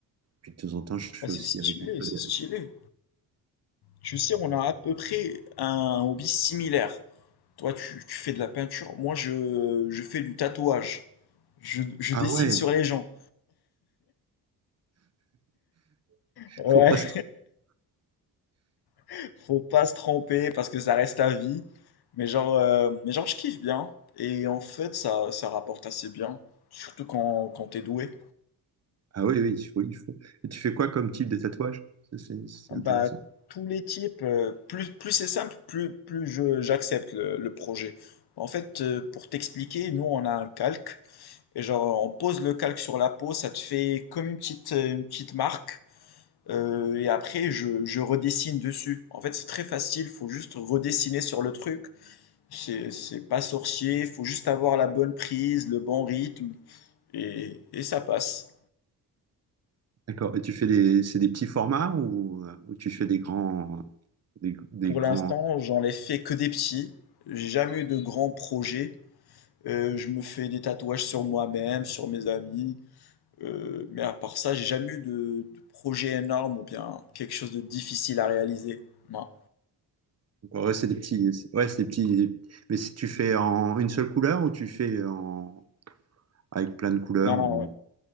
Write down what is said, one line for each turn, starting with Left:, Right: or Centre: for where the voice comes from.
Right: Puis de temps en temps, je fais
Left: Ah, c'est
Right: aussi
Left: stylé,
Right: avec un peu.
Left: c'est stylé. Je sais, on a à peu près un hobby similaire. Toi, tu, tu fais de la peinture. Moi, je, je fais du tatouage. Je, je
Right: Ah
Left: dessine
Right: ouais,
Left: sur
Right: il
Left: les gens. Ouais,
Right: faut pas se-
Left: <laughs> faut pas se tromper parce que ça reste à vie. Mais genre, euh, mais genre, je kiffe bien. Et en fait, ça, ça rapporte assez bien. Surtout quand, quand t'es doué.
Right: Ah oui, oui, il faut, il faut. Et tu fais quoi comme type de tatouage? Ça, C'est c'est
Left: Bah,
Right: intéressant.
Left: tous les types, euh, plus, plus c'est simple, plus, plus je, j'accepte le, le projet. En fait, euh, pour t'expliquer, nous, on a un calque. Et genre, on pose le calque sur la peau, ça te fait comme une petite, euh, une petite marque. Euh, et après, je, je redessine dessus. En fait, c'est très facile, faut juste redessiner sur le truc. C'est c'est pas sorcier, faut juste avoir la bonne prise, le bon rythme, et, et ça passe.
Right: D'accord. Et tu fais des, c'est des petits formats ou, euh, ou tu fais des grands, des, des
Left: Pour
Right: grands.
Left: l'instant, j'en ai fait que des petits. J'ai jamais eu de grands projets. Euh, je me fais des tatouages sur moi-même, sur mes amis. Heu, mais à part ça, j'ai jamais eu de de projet énorme ou bien quelque chose de difficile à réaliser. Non.
Right: Ouais, c'est des petits. c'est- Ouais, c'est des petits. Mais si tu fais en une seule couleur ou tu fais en avec plein de couleurs
Left: Non, non,
Right: ou.
Left: ouais.